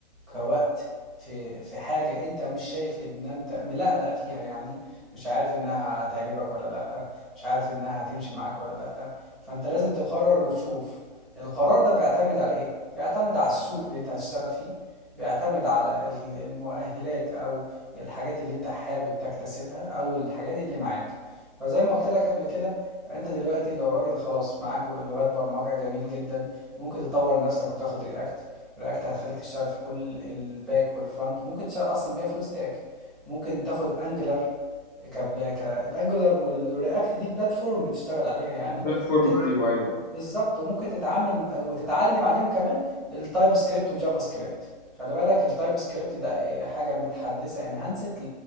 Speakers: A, in the centre; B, on the left.
A: كوقت في في حاجة انت مش شايف ان انت ملقلق فيها يعني مش عارف انها هتعجبك ولا لأ مش عارف انها هتمشي معاك ولا لأ فانت لازم تقرر وتشوف القرار ده بيعتمد على ايه بيعتمد على السوق اللي انت هتشتغل فيه بيعتمد على ال- المؤهلات او الحاجات اللي انت حابب تكتسبها او الحاجات اللي معاك فزي ما قلت لك قبل كده انت دلوقتي لو راجل خلاص معاك لغات برمجة جميل جدا ممكن تطور نفسك وتاخد رياكت رياكت هتخليك تشتغل في كل الباك والفرونت ممكن تشتغل اصلا بيها فول ستاك ممكن تاخد انجلر كبلا كالانجلر والرياكت دي بلاتفورم بتشتغل عليها يعني
B: بلاتفورم
A: وتت...
B: ايوه ايوه أيوه.
A: بالظبط وممكن تتعامل م- وتتعلم عليهم كمان التايب سكريبت وجافا سكريبت خلي بالك التايب سكريبت ده إيه، حاجة متحدثة انهانست